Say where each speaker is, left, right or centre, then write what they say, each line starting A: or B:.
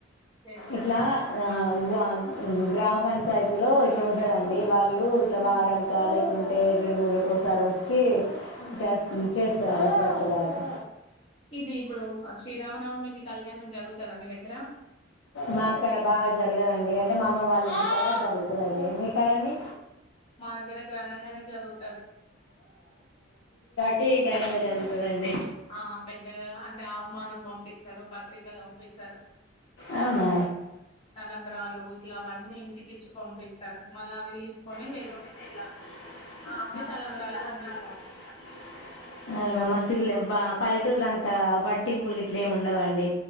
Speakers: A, on the left; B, on the left.
A: చేస్తరా?
B: ఇట్లా అ వా గ్రామ పంచాయితీ లో ఇట్ల ఉంటాదండి వాళ్ళు ఇప్పుడు ఇట్ల
A: హ్మ్.
B: వారనికి ఖాలి లేకుంటే టీ రెండు మూడు ఒకసారి వచ్చి ఛీ
A: హ్మ్.
B: చా చేస్ ఛ అండి స్వచ్ఛ భారత్
A: ఇది ఇప్పుడు శ్రీరామనవమికి కళ్యాణం జరుగుతదా మీ దగ్గర?
B: మా క్కాడ బాగా జరగదండి అంటే మా అమ వాళ్ళ ఇంటికాడ జరుగుతుందండి మీ కాడ అండి
A: మా దగ్గర ఘనంగానే జరుగుతది
B: టీ ఘనంగా జరుగుతుదండి
A: ఆ పెద్దగా అంటే అహ్హనం పంపిస్తారు పత్రికలు పంపిస్తారు
B: అవున
A: తలంబ్రాలు ఇట్ల అవన్నీ ఇంటికిచ్చి పంపిస్తారు మళ్ళీ అవి తీ కొనే
B: <unintelligible>
A: తలంబ్రాలు పంపిస్తారు
B: అవున మసిల్లె బ పల్లెటూర్ లో అంతా పట్టింపులు గిట్లేమి ఉండవండి